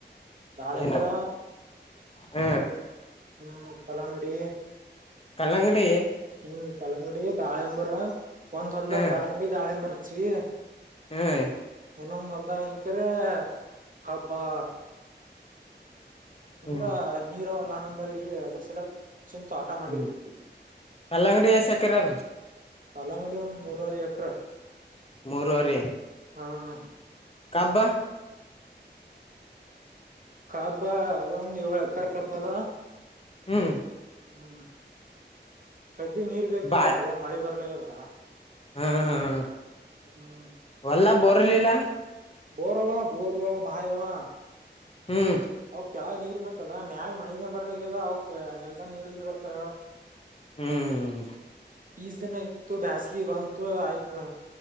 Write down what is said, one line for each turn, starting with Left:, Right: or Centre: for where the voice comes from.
Right: ದಾಳಿಂಬ್ರ.
Left: ಏನ ಹ್ಮ್...
Right: ಹ್ಮ್ ಕಳಾಂಗುಡಿ.
Left: ಕಲ್ಲಂಗಡಿ
Right: ಹ್ಮ್ ಕಲ್ಲಂಗಡಿ ದಾಳಂಬುರ ಒಂದ್ ಹೊಲ್ದ
Left: ಹ್ಮ್
Right: ಕಲಂಗಡಿ... ಅ ದಾಳಿಯಂಬರುಚವಿ
Left: ಹ್ಮಞ
Right: ಇನ್ನೊಂದು ಸಂದಾಯನಕ್ರ ಖಬ್ಬಾ ಅಂದ್ರ
Left: ಹ್ಮ್
Right: ನೀರಲ್ಲ ನಂಬಲ್ಲಿ ಅದರ್ಸಲಕ್ ಸುಮತು ಆಟ ಮಾಡೀವಿ
Left: ಹ್ಮ್ ಕಲ್ಲಂಗಡಿ ಸಕ್ಕರೆರ
Right: ಕಲ್ಲಂಗಡಿ ಒಂದ್ ನೂರಾರ ಎಕ್ರ.
Left: ಮೂರುವರಿ
Right: ಹ್ಮ...
Left: ಕಬ್ಬ.
Right: ಕಬ್ಬ ಅದೊಂದು ಏಳು ಎಕರ್ ಕಬ್ಬ ಅದ.
Left: ಹ್ಮ್...
Right: ಹ್ಮ್ ಕಬ್ಬಿ ನೀರ್ ಬೇಕ
Left: ಬಾಳ್
Right: ಮಳೆ ಬರ್ಲದ...
Left: ಹ್ಮ್ ಹ್ಮ್
Right: ಹ್ಮ...
Left: ಹೊಲ್ಲ ಬರ್ಲಿಲ್ಲ.
Right: ಬೋರ್ವಾ ಬೋರ್ ಬ ಭಾಯವಾ.
Left: ಹ್ಮ್...
Right: ಅವ ಕೆಳಗ ನೀರ್ ಬೇಕಲ್ಲ ಮ್ಯಾಗ್ ಮಳಿನ ಬರ್ರಗ್ಯದ ಅವ ನೆಲ್ದನ್ ನೀರ್ಲ್ ಬಿ ಬರ್ತಾವ ಹೇಳ.
Left: ಹ್ಮ್
Right: ಈಜ ದನ ಇತ್ತು ಬೇಸ್ಗೆ ಬಂತು ಆಯ್ತು